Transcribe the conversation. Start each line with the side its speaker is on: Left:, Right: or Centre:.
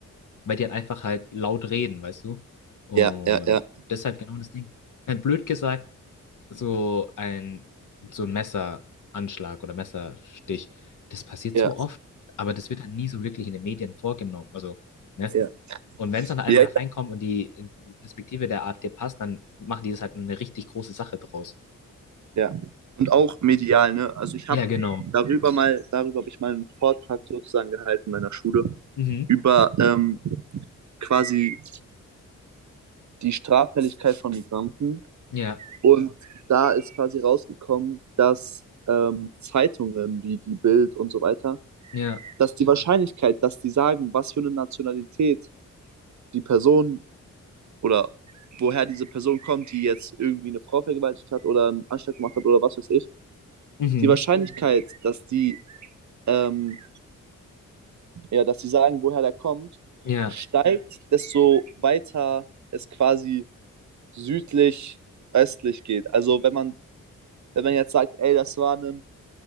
Left: weil die halt einfach halt laut reden, weißt du? Und
Right: Ja, ja, ja,
Left: das ist halt genau das Ding. Blöd gesagt, so ein, so ein Messeranschlag oder Messerstich, das passiert
Right: ja,
Left: so oft, aber das wird halt nie so wirklich in den Medien vorgenommen. Also, ne?
Right: ja.
Left: Und wenn es dann einmal
Right: Ja, ich,
Left: reinkommt und die, in die Perspektive der AfD passt, dann machen die das halt eine richtig große Sache draus.
Right: ja. Und auch medial, ne? Also ich
Left: Ja,
Right: habe
Left: genau.
Right: darüber mal, darüber habe ich mal einen Vortrag sozusagen gehalten in meiner Schule
Left: Mhm.
Right: über ähm, quasi die Straffälligkeit von Migranten.
Left: Ja,
Right: Und da ist quasi rausgekommen, dass ähm, Zeitungen wie die Bild und so weiter,
Left: ja.
Right: dass die Wahrscheinlichkeit, dass die sagen, was für eine Nationalität die Person oder woher diese Person kommt, die jetzt irgendwie eine Frau vergewaltigt hat oder einen Anschlag gemacht hat oder was weiß ich,
Left: Mhm.
Right: die Wahrscheinlichkeit, dass die, ähm, ja, dass sie sagen, woher der kommt,
Left: Ja.
Right: steigt, desto weiter es quasi südlich, östlich geht. Also wenn man, wenn man jetzt sagt, ey, das war ein,